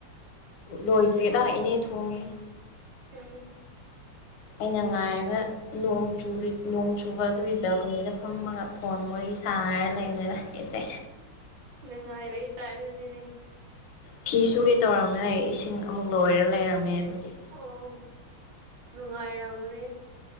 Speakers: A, on the left; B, on the right.
A: ꯂꯣꯏꯗ꯭꯭ꯔꯦꯗ ꯏꯅꯦ ꯊꯣꯡꯉꯦ꯫
B: ꯎꯝ
A: ꯑꯩꯅ ꯉꯥꯏꯔꯒ ꯣꯡ ꯆ ꯅꯣꯡ ꯆꯨꯕ ꯑꯗꯨꯒꯤ ꯕꯦꯜꯀꯣꯅꯤꯗ ꯐꯝꯃꯒ ꯐꯣꯟ ꯋꯥꯔꯤ ꯁꯥꯟꯅꯔ ꯂꯩꯔꯝꯅꯤꯗ ꯁꯦ
B: ꯅꯨꯡꯉꯥꯏꯕꯩꯇꯥꯥꯔꯗꯅꯤꯅꯦ
A: ꯐꯤꯁꯨ ꯀꯩ ꯇꯧꯔꯝꯃꯤꯅ ꯏꯁꯤꯡ ꯑꯃꯨꯛ ꯂꯣꯏꯔ ꯂꯩꯔꯝꯃꯦ ꯑꯗꯨꯒꯤ
B: ꯑꯣ ꯅꯨꯡꯉꯥꯏꯔꯝꯃꯨꯅꯦ